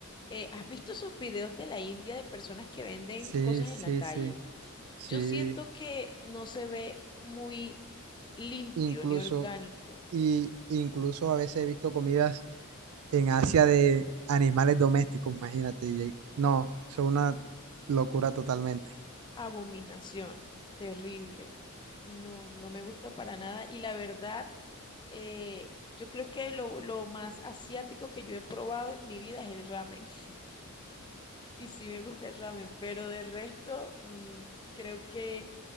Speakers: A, on the left; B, on the right.
A: eh, ¿has visto esos videos de la India de personas que venden
B: Sí,
A: cosas
B: sí,
A: en la calle?
B: sí, sí,
A: Yo siento que no se ve muy limpio
B: incluso,
A: ni orgánico.
B: y incluso a veces he visto comidas en Asia de animales domésticos, imagínate, y- ahí- no, eso es una locura totalmente,
A: abominación, terrible. No, no me gusta para nada. Y la verdad, eh, yo creo que lo, lo más asiático que yo he probado en mi vida es el ramen. <laughs> Y sí me gusta el ramen, pero de resto, mm, creo que